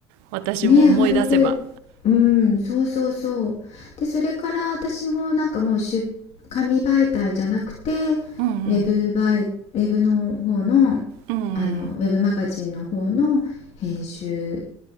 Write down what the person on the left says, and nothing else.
ね、アナログ、うん、そうそうそう。で、それから私もなんかもう出、紙媒体じゃなくて、
ウェブ媒、ウェブの方の、
あの、ウェブマガジンの方の編集